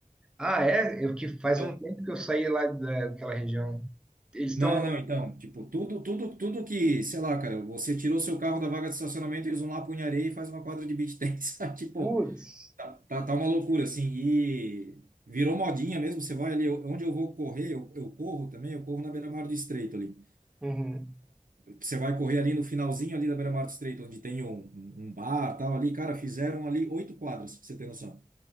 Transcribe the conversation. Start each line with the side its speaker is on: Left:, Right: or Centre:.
Centre: Ah, é? Eu que faz
Right: Então.
Centre: um tempo que eu saí lá da- daquela região. Eles estão.
Right: Não, não, então. Tipo, tudo, tudo, tudo que, sei lá, cara, você tirou seu carro da vaga de estacionamento e usa um lapo em areia e faz uma quadra de beach tênis. <laughs> sabe? Tipo,
Centre: Putz!
Right: tá, tá, tá uma loucura, assim. E virou modinha mesmo. Você vai ali, eu- onde eu vou correr, eu, eu corro também, eu corro na beira-mar do estreito ali.
Centre: Uhum.
Right: Você vai correr ali no finalzinho ali da Beira-Mar do Estreito, onde tem um, um um bar, tal ali, cara, fizeram ali oito quadras, pra você ter noção.